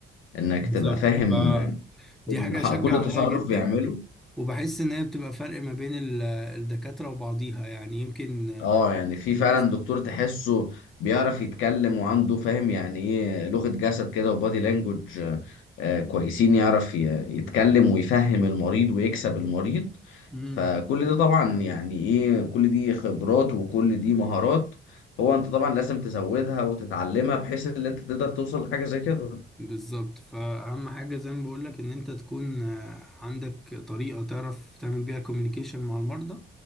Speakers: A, on the left (about 80°); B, in the centre.
A: إنك
B: بالظبط
A: تبقى فاهم
B: ف-
A: آه،
B: دي
A: كل
B: حاجة
A: ح-
B: اشجع
A: كل
B: عليها
A: تصرف
B: جدا
A: بيعمله
B: وبحس ان هي بتبقى فرق ما بين ال- الدكاترة وبعضيها يعني يمكن
A: اه يعني في
B: الناس
A: فعلا دكتور تحسه بيعرف يتكلم وعنده فاهم يعني ايه لغة جسد كده وبادي لانجوج آه، آه، كويسين يعرف ي- يتكلم ويفهم المريض ويكسب المريض
B: مم.
A: فكل ده طبعا يعني ايه كل دي خبرات وكل دي مهارات هو انت طبعا لازم تزودها وتتعلمها بحيث ان انت تقدر توصل لحاجة زي كده
B: بالظبط فأهم حاجة زي ما بقولك إن أنت تكون آه، عندك طريقة تعرف تعمل بيها كوميونيكيشن مع المرضى